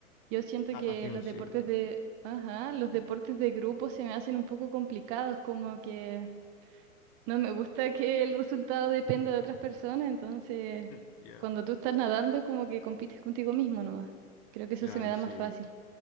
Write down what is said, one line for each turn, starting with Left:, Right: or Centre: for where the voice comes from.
Right: Yo siento
Left: Natación,
Right: que los
Left: sí.
Right: deportes de, ajá, los deportes de grupo se me hacen un poco complicados, como que No me gusta que el resultado dependa de otras personas, entonces
Left: <laughs> Yeah.
Right: cuando tú estás nadando como que compites contigo mismo nomás. Creo que eso
Left: Claro,
Right: se me da
Left: sí.
Right: más fácil.